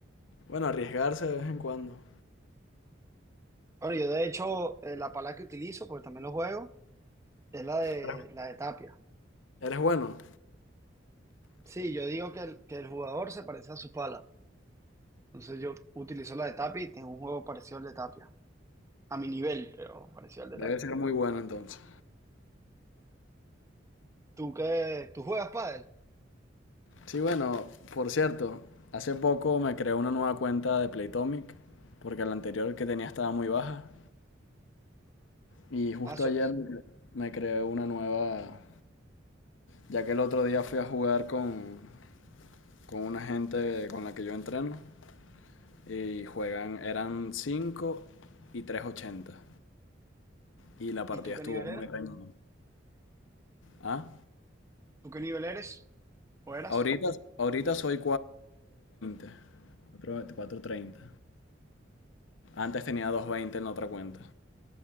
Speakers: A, on the left; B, on the right.
A: Bueno, arriesgarse de vez en cuando.
B: Ahora, yo de hecho, eh, la pala que utilizo, porque también lo juego, es la de,
A: Eres
B: la de Tapia.
A: eres bueno,
B: Sí, yo digo que el, que el jugador se parece a su pala. Entonces yo utilizo la de Tapia y tengo un juego parecido al de Tapia. A mi nivel, pero parecido al de
A: debe
B: Tapia.
A: ser muy bueno entonces.
B: ¿Tú qué? ¿Tú juegas pádel?
A: Sí, bueno, por cierto, hace poco me creé una nueva cuenta de Playtomic, porque la anterior que tenía estaba muy baja. Y justo
B: Ah, so-
A: ayer me cre- me creé una nueva, ya que el otro día fui a jugar con, con una gente con la que yo entreno. Y juegan, eran 5 y trescientos ochenta Y la partida
B: ¿y tú qué
A: estuvo
B: nivel
A: muy
B: eras?
A: reñida. ¿Ah?
B: ¿Tú qué nivel eres? ¿O eras?
A: Ahorita, ahorita soy 4.20. treinta Antes tenía doscientos veinte en la otra cuenta.